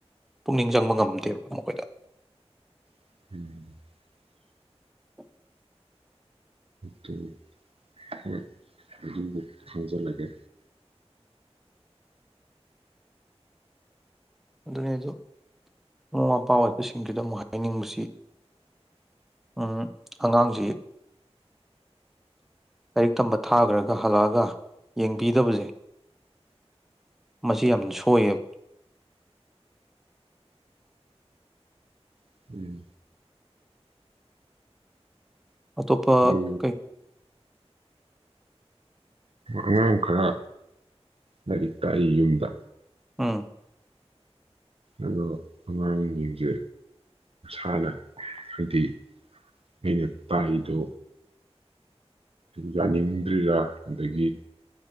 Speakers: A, in the centre; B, on the right.
A: ꯄꯨꯛꯅꯤꯡ ꯆꯪꯕ ꯉꯝꯗꯦꯕ ꯃꯈꯣꯏꯗ
B: <inaudible>
A: <inaudible>
B: ꯗꯨ ꯍꯣꯏ ꯑꯗꯨꯒ ꯈꯪꯖꯜꯂꯒꯦ
A: ꯑꯗꯨꯅꯦ ꯑꯗꯨ ꯃꯃꯥ ꯃꯄꯥ ꯑꯣꯏꯕꯁꯤꯡꯗꯨꯗ ꯑꯃꯨꯛ ꯍꯥꯏꯅꯤꯡꯕꯁꯤ ꯎꯝ ꯑꯉꯥꯡꯖꯤ ꯂꯥꯏꯔꯤꯛ ꯇꯝꯕ ꯊꯥꯒꯔ꯭ ꯒ ꯍꯜꯂꯑꯒ ꯌꯦꯡꯕꯤꯗꯕꯖꯦ ꯃꯁꯤ ꯌꯥꯝ ꯁꯣꯏꯌꯦꯕ
B: ꯎꯝ
A: ꯑꯇꯣꯞꯄ
B: ꯑꯗꯨ
A: ꯀꯩ
B: ꯑꯉꯥꯡ ꯈꯔ ꯂꯥꯏꯔꯤꯛ ꯇꯥꯛꯏ ꯌꯨꯝꯗ
A: ꯑꯥ
B: ꯑꯗꯣ ꯑꯉꯥꯡꯁꯤꯡꯁꯦ ꯃꯥꯅ ꯍꯥꯏꯗꯤ ꯑꯩꯅ ꯇꯥꯏꯗꯣ ꯌꯥꯅꯤꯡꯗ꯭ꯔꯤꯔꯥ ꯑꯗꯒꯤ